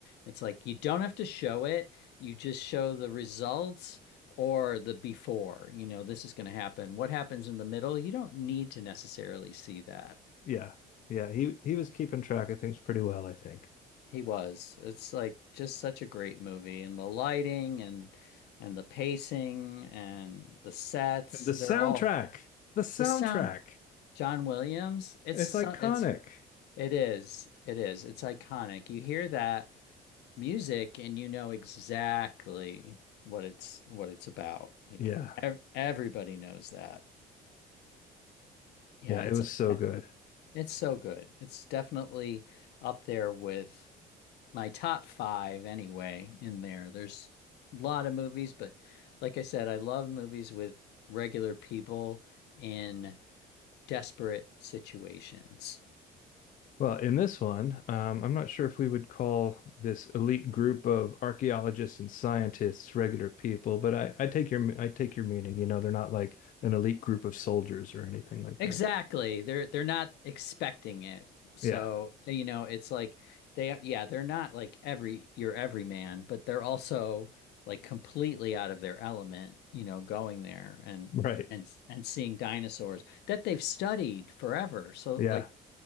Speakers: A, on the left; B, on the left.
A: It's like you don't have to show it, you just show the results or the before. You know, this is going to happen. What happens in the middle? You don't need to necessarily see that.
B: yeah, yeah. He he was keeping track of things pretty well, I think.
A: He was. It's like just such a great movie and the lighting and and the pacing and the sets,
B: And the
A: they're
B: soundtrack,
A: all
B: the soundtrack.
A: the sound. John Williams, it's
B: It's
A: so-
B: iconic.
A: it's it is. It is. It's iconic. You hear that music and you know exactly what it's what it's about. Like
B: Yeah.
A: ev everybody knows that. Yeah,
B: Yeah,
A: it's
B: it was so
A: a
B: good.
A: it's so good. It's definitely up there with my top five anyway in there. There's a lot of movies, but like I said, I love movies with regular people in desperate situations.
B: Well, in this one, um, I'm not sure if we would call this elite group of archaeologists and scientists regular people, but I, I take your I take your meaning. You know, they're not like an elite group of soldiers or anything like
A: Exactly.
B: that.
A: They're they're not expecting it. So,
B: Yeah,
A: you know, it's like they yeah, they're not like every your everyman, but they're also like completely out of their element, you know, going there and
B: right.
A: and and seeing dinosaurs that they've studied forever. So
B: Yeah,
A: like